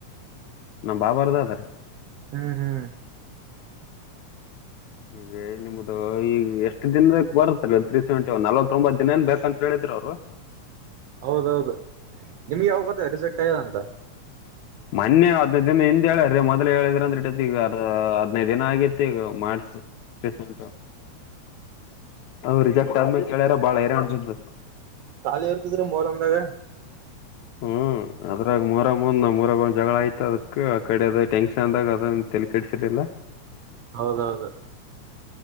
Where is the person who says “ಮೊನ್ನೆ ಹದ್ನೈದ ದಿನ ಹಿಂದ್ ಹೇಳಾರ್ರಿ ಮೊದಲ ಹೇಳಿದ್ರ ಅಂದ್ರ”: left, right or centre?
Left